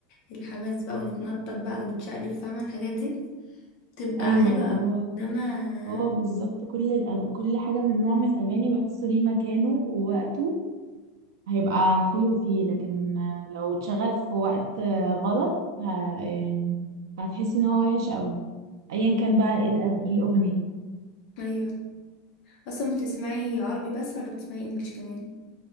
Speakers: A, on the left; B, on the right.
A: الحماس بقى ونتنطط بقى ونتشقلب فاهمه الحاجات دي تبقى
B: ايوه
A: حلوه
B: هو
A: قوي انما
B: هو بالظبط كل الأغ... كل حاجه من نوع من الاغاني بحسه ليه مكانه ووقته هيبقى حلو فيه لكن آه، لو اتشغل في وقت آه، غلط ه... يعني هتحسي ان هو وحش قوي ايا كان بقى ايه الأغ- الاغنيه
A: ايوه اصلا بتسمعي عربي بس ولا بتسمعي انجليش كمان